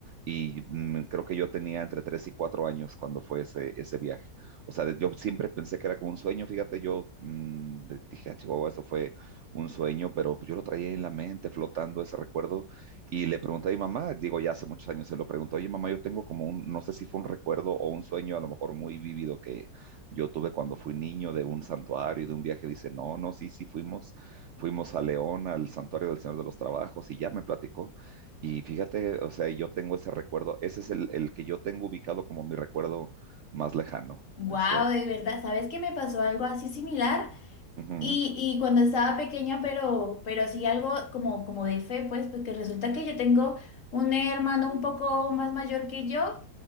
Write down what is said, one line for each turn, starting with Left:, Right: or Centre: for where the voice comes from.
Right: y mm, creo que yo tenía entre tres y cuatro años cuando fue ese, ese viaje. O sea, de- yo siempre pensé que era como un sueño, fíjate, yo mm, de- dije, "Ah, Chihuahua, eso fue un sueño, pero yo lo traía en la mente flotando ese recuerdo y le pregunté a mi mamá, digo, ya hace muchos años se lo pregunto, oye mamá, yo tengo como un, no sé si fue un recuerdo o un sueño a lo mejor muy vívido que yo tuve cuando fui niño de un santuario, de un viaje. Dice, no, no, sí, sí, fuimos, fuimos a León, al santuario del Señor de los Trabajos y ya me platicó. Y fíjate, o sea, yo tengo ese recuerdo, ese es el, el que yo tengo ubicado como mi recuerdo más lejano.
Left: Wow,
Right: Eso,
Left: de verdad, ¿sabes que me pasó algo así similar?
Right: ujú,
Left: Y, y cuando estaba pequeña, pero, pero sí algo como, como de fe, pues, porque resulta que yo tengo un hermano un poco más mayor que yo